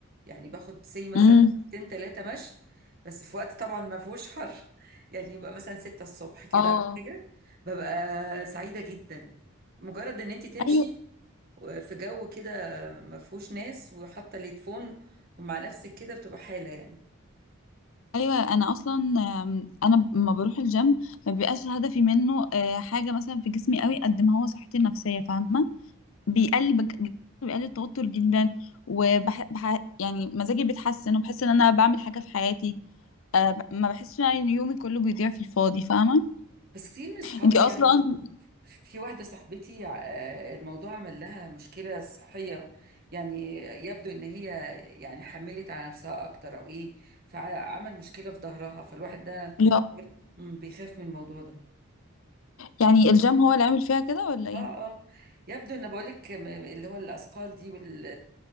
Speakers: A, on the right; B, on the left.
A: يعني باخد سي مثلا
B: امم
A: ساعتين ثلاثه مشي بس في وقت طبعا ما فيهوش حر <laughs> يعني يبقى مثلا ستة الصبح كده
B: اه
A: أو حاجه ببقى سعيده جدا مجرد ان انت تمشي
B: ايوه
A: في جو كده ما فيهوش ناس وحاطه الهيدفون ومع نفسك كده بتبقى حاله يعني
B: ايوه انا اصلا آم، انا لما بروح الجيم ما بيبقاش هدفي منه آه، حاجه مثلا في جسمي قوي قد ما هو صحتي النفسيه فاهمه بيقلل بج... بيقلل التوتر جدا وبح... بح... يعني مزاجي بيتحسن وبحس ان انا بعمل حاجه في حياتي أه ب- ما بحسش ان يومي كله بيضيع في الفاضي فاهمه
A: بس كتير من صحابي
B: انتي اصلا
A: يعني في واحدة صاحبتي آه، الموضوع عمل لها مشكلة صحية يعني يبدو ان هي يعني حملت على نفسها اكتر او ايه فعمل مشكلة في ظهرها فالواحد ده
B: يا-
A: م- بيخاف من الموضوع ده
B: يعني الجيم هو اللي عامل فيها كده ولا ايه
A: اه اه يبدو ان بقولك م- اللي هو الاثقال دي وال